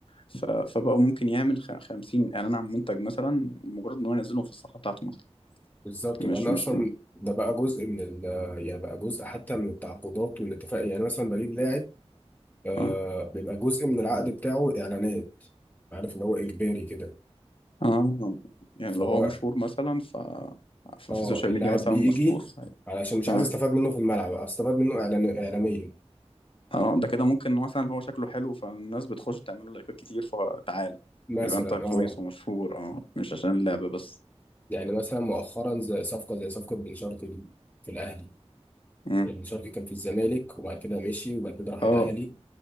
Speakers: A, on the left; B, on the left.
A: ف- فبقوا ممكن يعمل خمسين إعلان عن منتج مثلا مجرد إن هو ينزلهم في الصفحة بتاعته مثلا
B: بالظبط
A: مش
B: وبعدين أصلا
A: مش
B: ده بقى جزء من ال يعني بقى جزء حتى من التعاقدات والاتفاق يعني مثلا بجيب لاعب آه
A: اه
B: بيبقى جزء من العقد بتاعه إعلانات عارف إن هو إجباري كده
A: اه يعني
B: فهو
A: لو هو مشهور مثلا ف ففي
B: اه
A: السوشيال
B: اللاعب
A: ميديا مثلا
B: بيجي
A: مشهور ف-
B: علشان مش
A: اه
B: عايز استفاد منه في الملعب استفاد منه إعلان إعلاميا
A: اه ده كده ممكن مثلا هو شكله حلو فالناس بتخش تعمل له لايكات كتير فتعالى
B: مثلا
A: يبقى انت كويس
B: اه
A: ومشهور اه مش عشان اللعبة بس
B: يعني مثلا مؤخرا زي صفقة زي صفقة بن شرقي في الأهلي
A: مم.
B: يعني بن شرقي كان في الزمالك وبعد كده مشي وبعد كده راح
A: اه
B: الأهلي